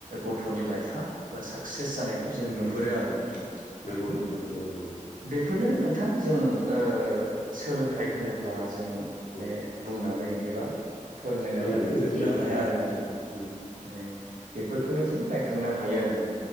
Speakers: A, on the right; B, on the left.
A: गथ'नि लाइफआ साक्सेस जानायखौ जों नुहुरो आरो नोंथां। माने
B: नंगौ नोंथां नंगौ नंगौ
A: बेफोरनो नोंथां जों ओ सोलोंथाइ होनोब्ला जों माने
B: औ
A: बुंनानै एबा फोरमायनानै
B: रायलायनानै
A: फोजोबनो हाया
B: हाखाया
A: आरो नोंथां
B: उम
A: माने बेफोरखौनो जों रायखांनो हायो आरो नों